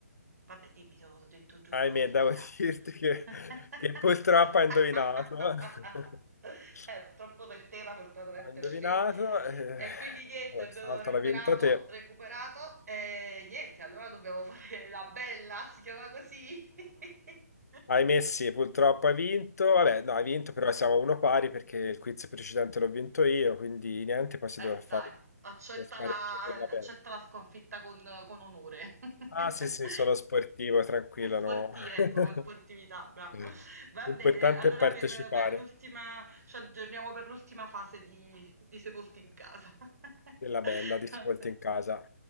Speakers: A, on the right (about 75°); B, on the left (about 75°).
A: vabbè, dimmi se ho detto giusto
B: Ahimè,
A: o sbagliato.
B: devo <laughs> dirti che,
A: <laughs>
B: che purtroppo ha indovinato. <laughs>
A: Eh, purtroppo per te, ma fortunatamente
B: Ha indovinato.
A: per me.
B: eh,
A: E quindi niente,
B: allora,
A: abbiamo
B: questa volta
A: recuperato,
B: l'ha vinta te.
A: recuperato e niente, allora dobbiamo fare la bella, si chiama così. <laughs>
B: Ahimè, sì, purtroppo ha vinto. Vabbè, no, ha vinto, però siamo a uno pari perché il quiz precedente l'ho vinto io, quindi niente, poi si
A: Eh
B: doveva fare
A: dai, accetta
B: lo spareggio
A: la
B: per la
A: accetta
B: bella.
A: la sconfitta con con onore. <laughs>
B: Ah, sì, sì, sono sportivo, tranquillo,
A: E sporti
B: no.
A: ecco,
B: <laughs>
A: con sportività, brava.
B: Eh,
A: Va
B: L'importante
A: bene, allora
B: è partecipare,
A: per per l'ultima ci aggiorniamo per l'ultima fase di di Sepolti in casa. <laughs>
B: è la bella di Ascolti
A: Vabbè.
B: in casa.